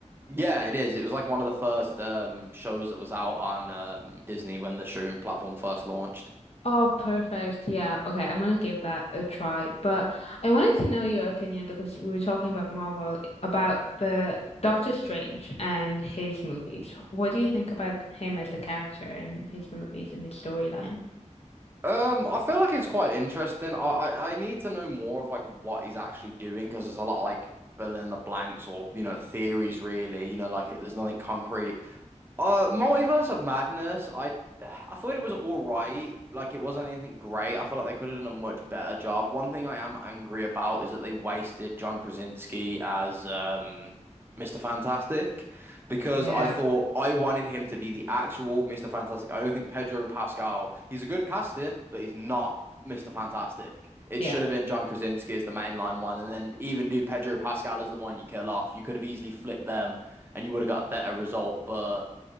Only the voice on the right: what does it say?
Yeah, it is. It was like one of the first um shows that was out on um Disney when the streaming platform first launched.
Um, I feel like it's quite interesting. I I, I need to know more of like what he's actually doing because there's a lot of like fill in the blanks or you know theories really. You know, like it, there's nothing concrete. Uh, Multiverse of Madness. I I thought it was all right. Like it wasn't anything great. I feel like they could have done a much better job. One thing I am angry about is that they wasted John Krasinski as um Mr. Fantastic because
I thought I wanted him to be the actual Mr. Fantastic. I don't think Pedro Pascal, he's a good casting, but he's not Mr. Fantastic. It
should have been John Krasinski as the mainline one, and then even do Pedro Pascal as the one you kill off. You could have easily flipped them and you would have got a better result, but